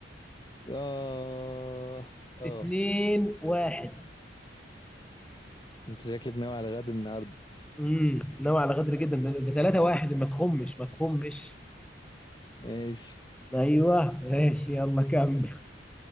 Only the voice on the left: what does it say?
آه آه
أنت شكلك ناوي على غد النهاردة
ماشي